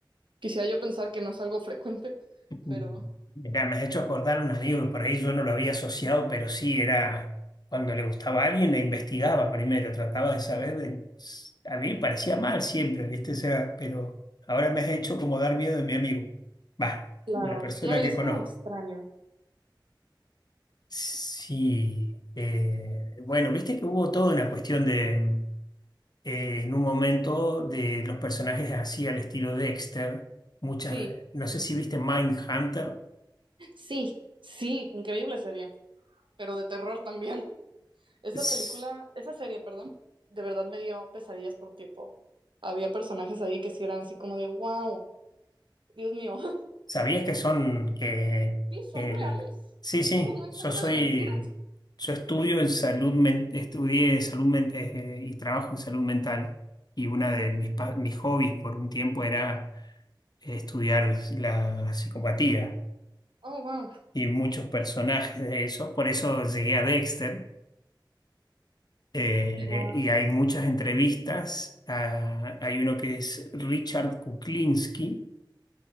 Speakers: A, on the right; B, on the left.
A: Quisiera yo pensar que no es algo frecuente,
B: Mm.
A: pero...
B: Mirá, me has hecho acordar a un amigo que por ahí yo no lo había asociado, pero sí era cuando le gustaba a alguien, la investigaba primero, trataba de saber. de- A mí me parecía mal siempre, ¿viste? O sea, pero ahora me has hecho como dar miedo de mi amigo. Va,
A: Claro.
B: la persona
A: No, y
B: que
A: es
B: conozco.
A: como extraño.
B: Sí, eh, bueno, viste que hubo toda una cuestión de, eh, en un momento, de los personajes así al estilo Dexter. Muchas,
A: Sí,
B: no sé si viste Mindhunter.
A: sí, sí, increíble sería. Pero de terror también. Esa
B: Sí.
A: película, esa serie, perdón, de verdad me dio pesadillas por un tiempo. Había personajes ahí que sí eran así como de, wow, Dios mío. <laughs>
B: ¿Sabías que son que
A: Sí, son
B: que
A: reales.
B: el sí, sí,
A: Eso no es
B: yo
A: gente
B: soy
A: de mentiras.
B: yo estudio en salud men- estudié salud men- eh, y trabajo en salud mental y una de mis pa- mis hobbies por un tiempo era eh, estudiar la psicopatía
A: Oh, wow.
B: y muchos personajes de eso, por eso llegué a Dexter eh,
A: Wow.
B: y hay muchas entrevistas, Ah, hay uno que es Richard Kuklinski